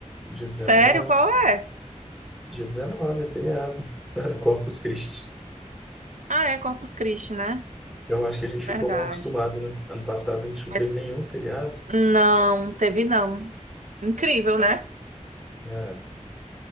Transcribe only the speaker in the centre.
dia 19.
Dia 19 é feriado. <laughs> Corpus Christi.
Eu acho que a gente ficou
mal acostumado, né? Ano passado a gente não
teve nenhum feriado.
né?